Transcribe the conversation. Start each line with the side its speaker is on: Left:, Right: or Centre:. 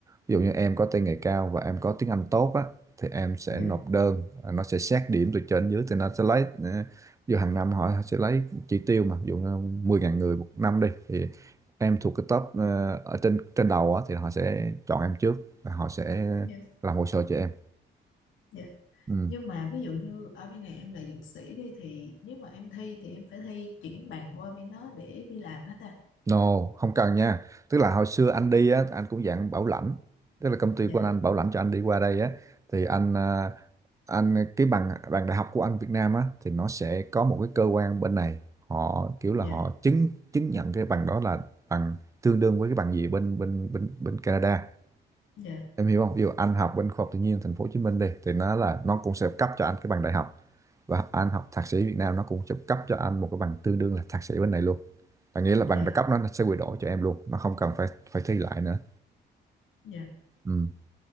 Right: ví dụ như em có tay nghề cao và em có tiếng Anh tốt á thì em sẽ
Left: dạ,
Right: nộp đơn à, nó sẽ xét điểm từ trên dưới thì nó sẽ lấy ờ, ví dụ hàng năm họ sẽ lấy chỉ tiêu mà ví dụ như 10.000 người một năm đi thì em thuộc cái top ờ, ở trên trên đầu á thì họ sẽ chọn em trước và họ sẽ
Left: dạ,
Right: làm hồ sơ cho em
Left: dạ.
Right: ừ.
Left: Nhưng mà ví dụ như ở bên này em là dược sĩ đi thì nếu mà em thi thì em phải thi chuyển bằng qua bên đó để đi làm hết à?
Right: No, không cần nha. Tức là hồi xưa anh đi á, anh cũng dạng bảo lãnh. Tức là công ty
Left: Dạ,
Right: của anh, anh bảo lãnh cho anh đi qua đây á, thì anh à, anh cái bằng bằng đại học của anh Việt Nam á thì nó sẽ có một cái cơ quan bên này họ kiểu
Left: dạ,
Right: là họ chứng chứng nhận cái bằng đó là bằng tương đương với cái bằng gì bên bên bên bên Canada
Left: dạ,
Right: em hiểu không? Ví dụ anh học bên khoa học tự nhiên thành phố Hồ Chí Minh đi thì nó là nó cũng sẽ cấp cho anh cái bằng đại học và anh học thạc sĩ Việt Nam nó cũng sẽ cấp cho anh một cái bằng tương đương là thạc sĩ bên này luôn. Là nghĩa là
Left: dạ,
Right: bằng đại cấp nó sẽ quy đổi cho em luôn, nó không cần phải phải thi lại nữa.
Left: dạ.
Right: Ừ.